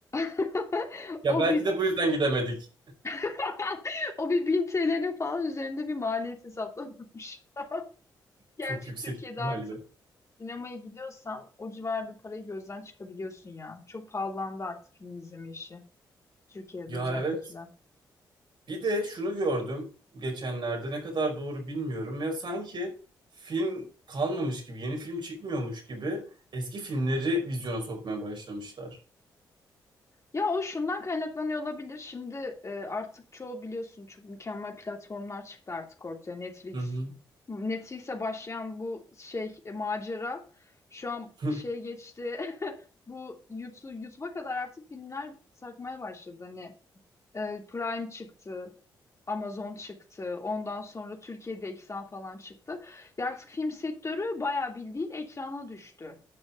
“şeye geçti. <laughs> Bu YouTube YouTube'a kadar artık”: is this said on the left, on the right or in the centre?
Left